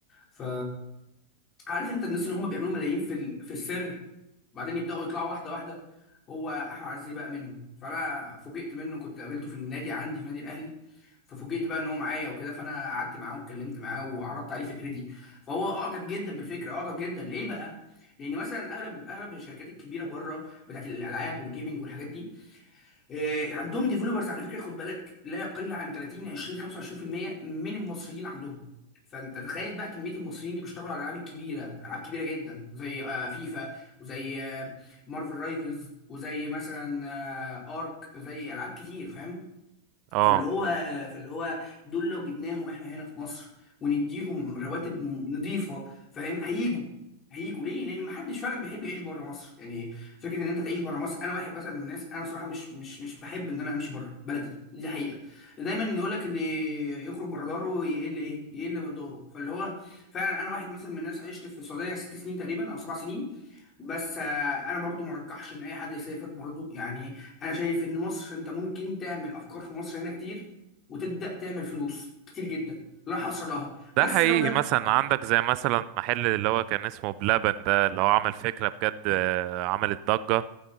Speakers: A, on the left (about 30°); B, on the right (about 45°).
A: ف عارف انت الناس اللي هم بيعملوا ملايين في ال... في السر وبعدين يبداوا يطلعوا واحده واحده هو احمد عزيزي بقى منهم فانا فوجئت منه كنت قابلته في النادي عندي في نادي الاهلي ففوجئت بقى ان هو معايا وكده فانا قعدت معاه واتكلمت معاه وعرضت عليه فكرتي فهو اعجب جدا بالفكره اعجب جدا ليه بقى لان مثلا اغلب اغلب الشركات الكبيره بره بتاعت الالعاب والجيمنج والحاجات دي آه، عندهم ديفلوبرز على فكره خد بالك لا يقل عن 30 20 25% من المصريين عندهم فانت تخيل بقى كميه المصريين اللي بيشتغلوا على الالعاب الكبيره العاب كبيره جدا زي آه، فيفا وزي مارفل رايفلز وزي مثلا آه، ارك زي العاب كتير فاهم
B: اه
A: فاللي هو فاللي هو دول لو جبناهم احنا هنا في مصر ونديهم رواتب نظيفه فاهم هيجوا هيجوا ليه؟ لان محدش فعلا بيحب يعيش بره مصر يعني فكره ان انت تعيش بره مصر انا واحد مثلا من الناس انا صراحه مش مش مش بحب ان انا امشي بره بلدي دي حقيقه دايما يقول لك اللي يخرج بره داره يقل ايه؟ يقل مقداره فاللي هو فعلا انا واحد مثلا من الناس عشت في السعوديه ست سنين تقريبا او سبع سنين بس آه، انا برضو ما رجحش ان اي حد يسافر برضو يعني انا شايف ان مصر انت ممكن تعمل افكار في مصر هنا كتير وتبدا تعمل فلوس كتير جدا لا حصر لها
B: ده
A: بس
B: حقيقي
A: لو بدات
B: مثلا
A: تفكر
B: عندك زي مثلا محل اللي هو كان اسمه بلبن ده اللي هو عمل فكرة بجد آه، عملت ضجة